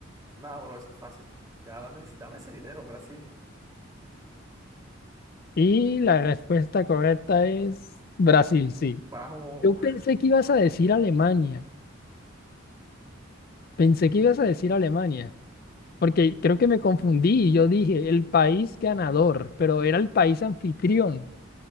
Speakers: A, on the right (about 20°); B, on the left (about 45°).
A: No, bro, eso es fácil. Ya dame, dame ese dinero, Brasil.
B: Y la respuesta correcta es Brasil, sí.
A: Vamos.
B: Yo pensé
A: <laughs>
B: que ibas a decir Alemania. Pensé que ibas a decir Alemania. Porque creo que me confundí y yo dije el país ganador, pero era el país anfitrión.